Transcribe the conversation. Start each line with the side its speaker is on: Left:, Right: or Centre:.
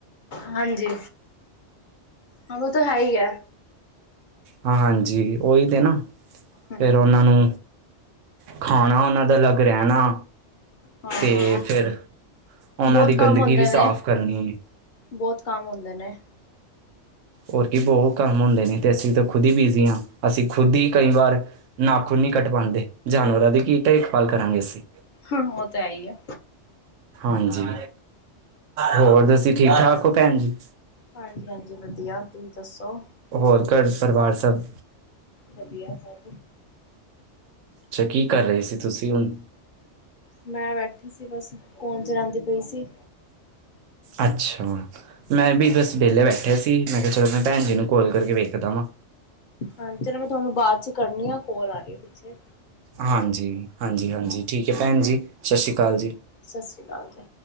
Left: ਹਾਂਜੀ। ਹਾਂ ਉਹ ਤਾਂ ਹੈ ਹੀ ਹੈ।
Right: ਹਾਂ, ਹਾਂਜੀ। ਉਹੀ ਤੇ ਨਾ,
Left: ਹਮ
Right: ਫੇਰ ਉਹਨਾਂ ਨੂੰ ਖਾਣਾ ਉਹਨਾਂ ਦਾ ਅਲੱਗ ਰਹਿਣਾ।
Left: ਹਾਂ
Right: ਤੇ ਫਿਰ ਉਹਨਾਂ
Left: ਬਹੁਤ
Right: ਦੀ
Left: ਕੰਮ
Right: ਗੰਦਗੀ
Left: ਹੁੰਦੇ
Right: ਵੀ ਸਾਫ਼
Left: ਨੇ
Right: ਕਰਨੀ ਐਂ।
Left: ਬਹੁਤ ਕੰਮ ਹੁੰਦੇ ਨੇ।
Right: ਹੋਰ ਕੀ ਬਹੁਤ ਕੰਮ ਹੁੰਦੇ ਨੇ ਤੇ ਅਸੀਂ ਤਾਂ ਖੁਦ ਹੀ ਬਿਜ਼ੀ ਹਾਂ, ਅਸੀਂ ਖੁਦ ਹੀ ਕਈ ਵਾਰ ਨਾਖੁਨ ਨੀ ਕੱਟ ਪਾਉਂਦੇ, ਜਾਨਵਰਾਂ ਦੀ ਕੀ ਦੇਖਭਾਲ ਕਰਾਂਗੇ ਅਸੀਂ।
Left: ਹਾਂ, ਉਹ ਤਾਂ ਹੈ ਹੀ ਆ।
Right: ਹਾਂਜੀ। ਹੋਰ ਤੁਸੀਂ ਠੀਕ- ਠਾਕ ਹੋ ਭੈਣ ਜੀ।
Left: ਹਾਂਜੀ- ਹਾਂਜੀ। ਵਧੀਆ ਤੁਸੀਂ ਦੱਸੋ?
Right: ਹੋਰ ਘਰ ਪਰਿਵਾਰ ਸਭ
Left: ਵਧੀਆ ਸਭ।
Right: ਅੱਛਾ, ਕੀ ਕਰ ਰਹੇ ਸੀ ਤੁਸੀਂ ਹੁਣ?
Left: ਮੈਂ ਬੈਠੀ ਸੀ ਬਸ, ਫੋਨ ਚਲਾਦੀ ਪਈ ਸੀ।
Right: ਅੱਛਾ। ਮੈਂ
Left: ਹਾਂਜੀ
Right: ਵੀਦ ਵੇਲੇ ਬੈਠੇ ਸੀ। ਮੈਂ ਕਿਹਾ ਚਲੋ ਮੈਂ ਭੈਣ ਜੀ ਨੂੰ ਕੋਲ ਕਰਕੇ ਵੇਖਦਾ ਵਾਂ।
Left: ਹਾਂਜੀ। ਚਲੋ, ਮੈਂ ਤੁਹਾਨੂੰ ਬਾਅਦ ਚ' ਕਰਨੀ ਆ ਕੋਲ ਆ ਰਹੀ ਹ ਪਿੱਛੇ।
Right: ਹਾਂਜੀ। ਹਾਂਜੀ- ਹਾਂਜੀ ਠੀਕ ਹੈ ਭੈਣ ਜੀ, ਸਤਿ ਸ਼੍ਰੀ ਅਕਾਲ ਜੀ।
Left: ਸਤਿ ਸ਼੍ਰੀ ਅਕਾਲ ਜੀ।